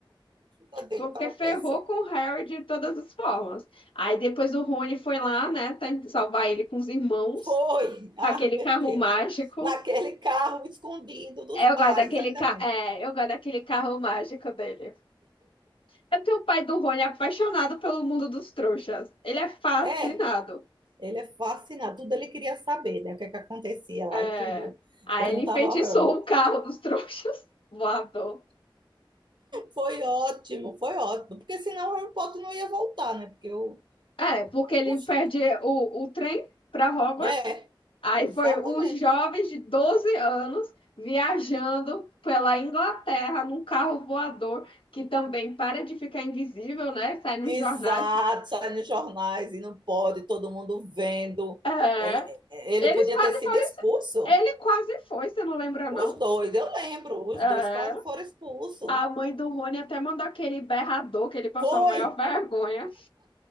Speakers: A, on the right (about 60°); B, on the left (about 80°).
A: vida dele
B: Porque
A: estava
B: ferrou
A: péssima.
B: com o Harry de todas as formas. Aí depois o Rony foi lá, né? Tentar salvar ele com os irmãos,
A: Foi. Ah,
B: com aquele
A: meu
B: carro
A: Deus.
B: mágico.
A: Naquele carro escondido dos
B: Eu
A: pais,
B: gosto daquele,
A: ainda
B: ca...
A: mais.
B: é, eu gosto daquele carro mágico dele. É porque o pai do Rony é apaixonado pelo mundo dos trouxas. Ele é fascinado.
A: É, ele é fascinado. Tudo ele queria saber, né? O que é que acontecia lá
B: É.
A: e tudo.
B: Aí
A: Perguntava
B: ele enfeitiçou
A: ao Harry.
B: o carro dos trouxas, <laughs> voador.
A: Foi ótimo, foi ótimo. Porque senão o Harry Potter não ia voltar, né? Porque o,
B: É, porque ele
A: os,
B: perde o, o trem para Hogwarts.
A: é,
B: Aí
A: exatamente.
B: foi um jovem de 12 anos viajando pela Inglaterra num carro voador que também para de ficar invisível, né? Sai nos
A: Exato,
B: jornais.
A: sai nos jornais e não pode, todo mundo vendo.
B: É.
A: Eh, Ele
B: Eles
A: podia
B: quase
A: ter sido
B: foram.
A: expulso,
B: Ele quase foi, você não lembra, não?
A: os dois, eu lembro, os
B: É.
A: dois quase foram expulsos.
B: A mãe do Rony até mandou aquele berrador que ele passou
A: Foi!
B: a maior vergonha.